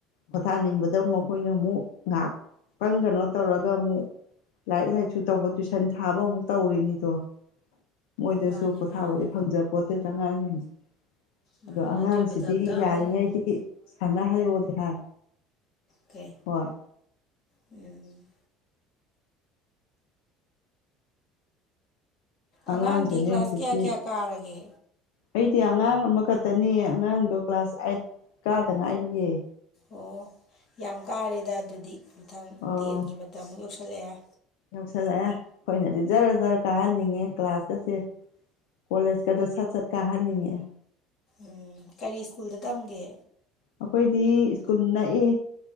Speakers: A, on the left; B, on the left.
A: ꯄꯣꯊꯥꯅꯤꯡꯕꯗ ꯑꯃꯨꯛ ꯑꯩꯈꯣꯏꯅ ꯑꯃꯨꯛ ꯉꯥꯏꯍꯥꯛ ꯇꯪ ꯀꯩꯅꯣ ꯇꯧꯔꯒ ꯑꯃꯨꯛ ꯂꯥꯏꯔꯤꯛ ꯂꯥꯏꯔꯤꯛꯁꯨ ꯇꯧꯕ ꯇꯨꯏꯁꯟ ꯊꯥꯕ ꯑꯃꯨꯛ ꯇꯧꯔꯤꯅꯤꯗꯣ ꯃꯣꯏꯗꯁꯨ
B: ꯃꯥꯅꯦ
A: ꯄꯣꯊꯥꯕꯗꯤ
B: ꯃꯥꯅꯦ
A: ꯐꯪꯖꯄꯣꯟꯇꯩꯗ ꯑꯉꯥꯡꯁꯤꯡꯁꯦ
B: ꯃꯥꯅꯦ
A: ꯑꯗꯣ ꯑꯉꯥꯡꯁꯤꯗꯤ
B: ꯑꯗꯨꯒꯤ ꯃꯊꯛꯇ
A: ꯌꯥꯔꯤꯉꯩꯗꯤ
B: ꯑꯃꯨꯛ
A: ꯁꯥꯟꯅꯍꯟꯂꯣꯗ ꯍꯥꯏ
B: ꯀꯦ
A: ꯍꯣꯏ
B: ꯎꯝ
A: ꯑꯉꯥꯡꯁꯨꯅꯦ
B: ꯑꯉꯥꯡꯗꯤ ꯀ꯭ꯂꯥꯁ
A: ꯍꯧꯖꯤꯛꯇꯤ
B: ꯀꯌꯥ ꯀꯌꯥ ꯀꯥꯔꯒꯦ
A: ꯑꯩꯗꯤ ꯑꯉꯥꯡ ꯑꯃꯈꯛꯇꯅꯤ ꯑꯉꯥꯡꯗꯣ ꯀ꯭ꯂꯥꯁ ꯑꯥꯏꯠ ꯀꯥꯗ ꯉꯥꯏꯔꯤꯌꯦꯦ
B: ꯑꯣ ꯌꯥꯝ ꯀꯥꯔꯦꯗ ꯑꯗꯨꯗꯤ ꯃꯅꯨꯡꯊꯪ
A: ꯑꯣ
B: ꯇꯦꯟꯒꯤ ꯃꯇꯝꯃꯨꯛ ꯌꯧꯁꯤꯜꯂꯛꯑꯦ
A: ꯌꯧꯁꯜꯂꯛꯑꯦ ꯑꯩꯈꯣꯏꯅꯗꯤ ꯖꯔ ꯖꯔ ꯀꯥꯍꯟꯅꯤꯡꯉꯦ ꯀ꯭ꯂꯥꯁꯀꯁꯦ ꯀꯣꯂꯦꯖꯀꯗꯣ ꯁꯠ ꯁꯠ ꯀꯥꯍꯟꯅꯤꯡꯉꯦ
B: ꯎꯝ ꯀꯔꯤ ꯁ꯭ꯀꯨꯜꯗ ꯇꯝꯒꯦ
A: ꯑꯩꯈꯣꯏꯗꯤ ꯁ꯭ꯀꯨꯜ ꯅꯛꯏ